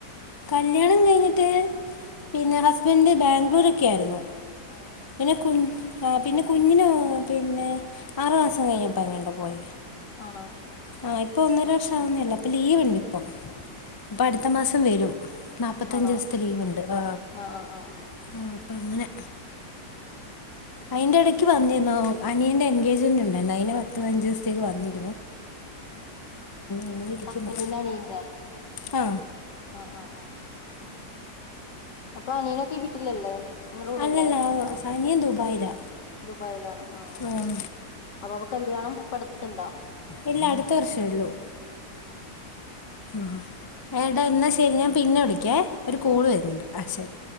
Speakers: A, on the left; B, on the left.
A: കല്യാണം കഴിഞ്ഞിട്ട് പിന്നെ ഹസ്ബൻഡ് ബാംഗ്ലൂരൊക്കെ ആയിര്ന്നു
B: ആണോ
A: പിന്നെ കുൻ ആ പിന്നെ കുഞ്ഞിനോ പിന്നെ ആറു മാസം കഴിഞ്ഞപ്പ എങ്ങാണ്ടാ പോയെ
B: ആണോ
A: ആ ഇപ്പൊ ഒന്നര ഷാവുന്നേള്ളു അപ്പ ലീവ്ണ്ട് ഇപ്പം അപ്പട്ത്ത മാസം വരും നാൽപ്പത്തഞ്ച്
B: ആണോ
A: ദിവ്സ്ത്തെ ലീവ്ണ്ട് ആ
B: ആഹ് ആഹ് ആഹ്
A: ആ അപ്പ അങ്ങനെ അയ്ന്റെ എടയ്ക്ക് വന്നിന്നോ അനിയന്റെ എൻഗേജ്മെന്റ്ണ്ടായ്ര്ന്നു അയ്ന് പത്ത്പതിനഞ്ചോസത്തേക്ക് വന്നി
B: അ ആ
A: അങ്ങനെ ഇരിക്കുന്നു
B: ഹസ്ബന്റിന്റെ അനിയന്റെ
A: ആ
B: ആ ആ ആ ആ അപ്പൊ അനിയനാെക്കെ ഈ വീട്ടിലല്ലേ നിങ്ങടെ കൂടെയല്ലേ
A: അല്ലല്ല സാനിയൻ ദുബായില
B: ദുബായിലാണ് ആഹ്
A: ഉം
B: അപ്പൊ അപ്പൊ കല്യാണം ഇപ്പടുത്ത്ണ്ടോ
A: ഇല്ല അടുത്ത വർഷെള്ളു
B: ആ
A: ആ ഏടാ ന്നാ ശരി ഞാൻ പിന്നെ വിളിക്കേ ഒരു കോള് വരുന്നുണ്ട് ആ ശരി